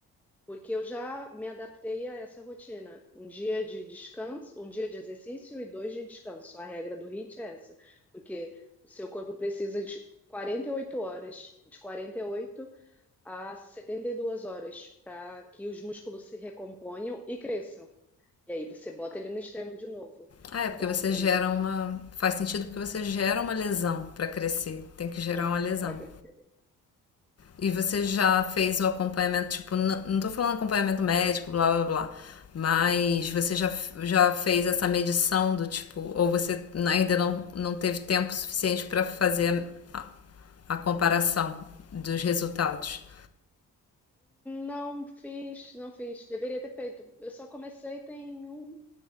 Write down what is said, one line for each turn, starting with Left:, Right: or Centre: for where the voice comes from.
Centre: Porque eu já me adaptei a essa rotina. Um dia de descanso, um dia de exercício e dois de descanso. A regra do HIIT é essa. Porque o seu corpo precisa de 48 horas, de 48 a 72 horas, para que os músculos se recomponham e cresçam. E aí você bota ele no extremo de novo.
Left: Ah, é
Centre: Então,
Left: porque você
Centre: um período
Left: gera
Centre: é
Left: uma.
Centre: mais
Left: Faz sentido porque você gera uma lesão para crescer. Tem que gerar
Centre: assim,
Left: uma lesão.
Centre: para crescer.
Left: E você já fez o acompanhamento, tipo, n- não tô falando acompanhamento médico, blá blá blá, mas você já, já fez essa medição do tipo, ou você n- ainda não, não teve tempo suficiente para fazer a, a comparação dos resultados?
Centre: Não fiz, não fiz. Deveria ter feito. Eu só comecei tem um